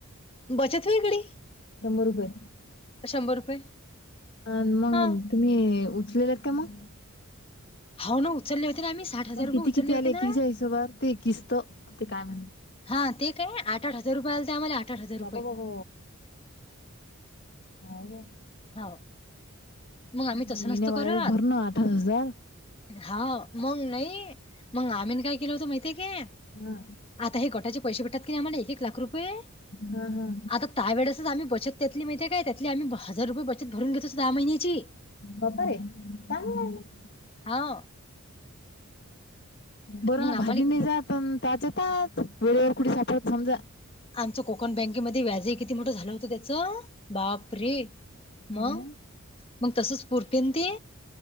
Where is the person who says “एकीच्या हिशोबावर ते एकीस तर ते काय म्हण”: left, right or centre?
Left